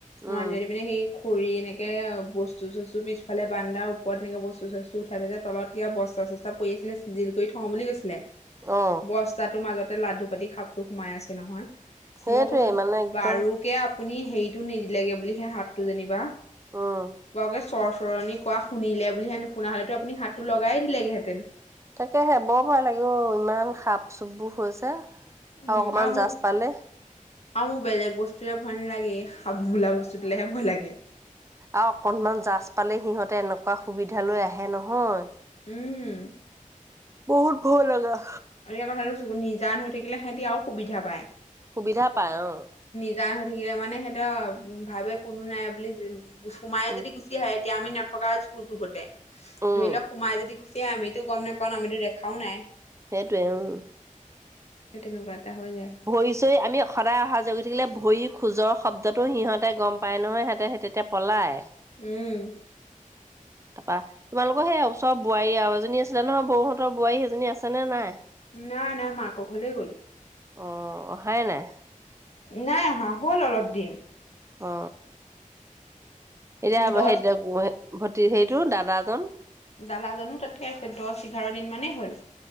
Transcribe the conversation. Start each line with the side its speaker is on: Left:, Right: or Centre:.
Right: উম
Left: মানুহজনি মানে সেই কৰি এনেকৈ বস্তু চস্তু পিছফালে বান্দা ওপৰত এনেকৈ বস্তু চস্তু উঠাই থাক তলত কিবা বস্তা চস্তা পৰি আছিলে চিজিল কৰি থও বুলি গৈছিলে
Right: অ
Left: বস্তাটো মাজত এ লাডু পাতি সাপটো সোমাই আছে নহয়।
Right: সেইটোৱে
Left: মই কৈছো
Right: মানে একদম
Left: বাৰুকে আপুনি হেৰিটো নিদিলেগে বুলিহে সাপটো যেনিবা
Right: উম
Left: বাওকে চৰ্চ সৰণি কোৱা শুনে বুলি শুনা হলেতো আপুনি হাতটো লগাই দিলেতেন।
Right: তাকেহে বৰ ভয় লাগে অ ইমান সাপ চুপবোৰ হৈছে।
Left: উম
Right: আৰু অকমান
Left: আও মো
Right: জাজ পালে
Left: আও মো বেলেগ বস্তুলে ভয় নালাগে, এই সাপ বোলা বস্তুটো লেহে ভয় লাগে।
Right: আৰু অকনমান জাছ পালে সিহঁতে এনেকুৱা সুবিধা লৈ আহে নহয়। হয়
Left: উম
Right: বহুত ভয় লগা
Left: আৰু এই কথাটো নিজান হৈ থাকিলে সিহতি আৰু সুবিধা পায়
Right: সুবিধা পায় অ
Left: নিজান হৈ থাকিলে মানে সিহঁতৰ ভাবে কোনো নাই বুলি সোমাই
Right: উম
Left: যদি গুচি আহে তেতিয়া আমি নথকাৰ সুযোগতে
Right: উম
Left: ধৰি লওক সোমাই যদি গুচি আহে আমিতো গম নেপাও কাৰণ আমিতো দেখাও নাই
Right: সেইটোৱে উম
Left: সেই তেনেকুৱা এটা হৈ যায়
Right: ভৰি চুই আমি সদায় অহা যোৱা কৰি থাকিলে ভৰি খোজৰ শব্দটো সিহঁতে গম পায় নহয় সিহঁতে হে তেতিয়া পলায়
Left: উম
Right: তাপা তোমালোকৰ সেই অ চব বোৱাৰী আৰু এজনী আছিলে নহয় বৌহঁতৰ বোৱাৰী সেইজনী আছেনে নাই
Left: নাই নাই মাক ঘলেই গ'ল।
Right: অ অহাই নাই
Left: নাই অহা হ'ল অলপ দিন
Right: অ এতিয়া
Left: দহ
Right: সেই ভতি সেইটো দাদাজন
Left: দাদাজনো তাতে আছে দহ এঘাৰ দিন মানেই হ'ল